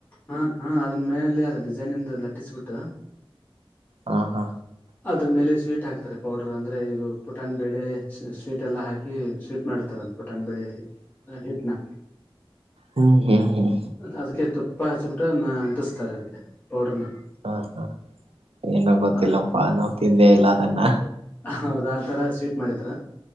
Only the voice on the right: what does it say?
ಹ ಹಾ
ಹ್ಮ್ ಹ್ಮ್ ಹ್ಮ್
ಹಾ ಹಾ ಏನ ಗೊತ್ತಿಲ್ಲಪ್ಪಾ
ನಾವ ತಿಂದೇ ಇಲ್ಲ ಅದನ್ನ